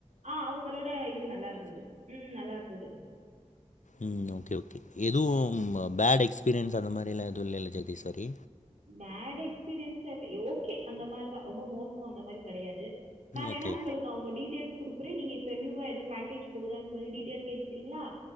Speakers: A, on the right; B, on the left.
A: ஆ அவுங்களோட இது நல்லா இருந்தது ம் நல்லா இருந்தது
B: ம் ஓகே ஓகே எதுவு ஃபேட் எக்ஸ்பீரியன்ஸ் அந்த மாரிலா எதுவு இல்லல Jagadeeswari
A: bad experience okay அந்த மாரிதா ரொம்ப மோசோ அந்த மாரி கிடையாது நா வேணா
B: ஓகே.
A: உங்களுக் கு அவுங்க டீடேல்ஸ் குடுக்குறே நீங்க இப்ப நியூவா எதுவு பேக்கேஜ் போகுதான்னு சொல்லி டீடெயில் கேட்டுக்கிறீங்களா